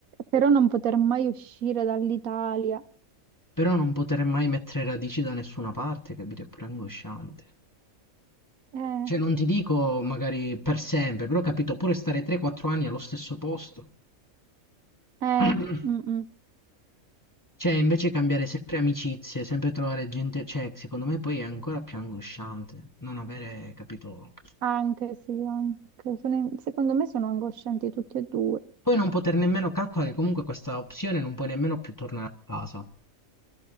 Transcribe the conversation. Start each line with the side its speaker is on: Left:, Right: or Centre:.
Right: Però non poter mai uscire dall'Italia.
Left: Però non poter mai mettere radici da nessuna parte, capito, è pure angosciante.
Right: Eh,
Left: Cioè, non ti dico magari per sempre, però ho capito, pure stare 3-4 anni allo stesso posto.
Right: eh,
Left: <clears throat>
Right: mm, mm.
Left: Cioè, invece cambiare sempre amicizie, sempre trovare gente, cioè, secondo me poi è ancora più angosciante non avere, capito,
Right: Anche sì, anche. Sono in- Secondo me sono angoscianti tutti e due.
Left: Poi non poter nemmeno calcolare che comunque questa opzione non puoi nemmeno più tornare a casa.